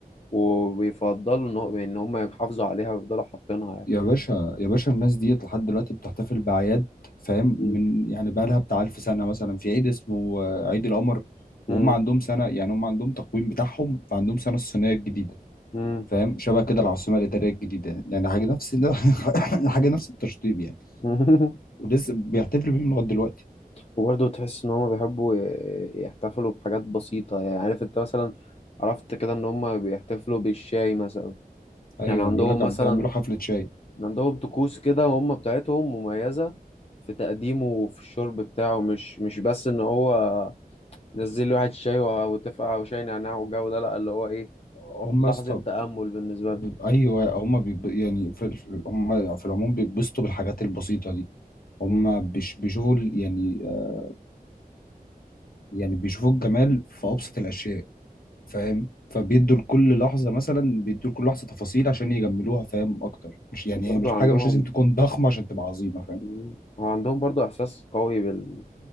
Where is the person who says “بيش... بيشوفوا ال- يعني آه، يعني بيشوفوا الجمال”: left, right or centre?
Left